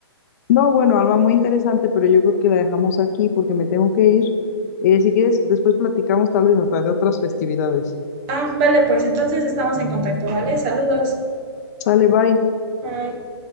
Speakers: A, on the left; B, on the right.
A: No, bueno, Alma, muy interesante, pero yo creo que la dejamos aquí porque me tengo que ir. Eh, si quieres, después platicamos tal vez hasta de otras festividades.
B: Ah, vale, pues entonces estamos en contacto, ¿vale? Saludos.
A: Sale, bye.
B: Bye.